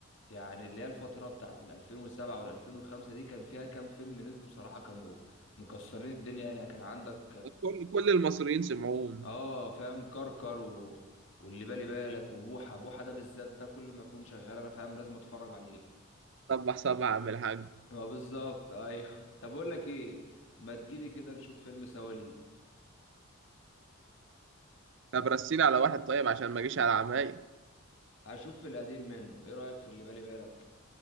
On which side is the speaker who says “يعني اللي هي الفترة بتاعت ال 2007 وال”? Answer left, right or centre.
Left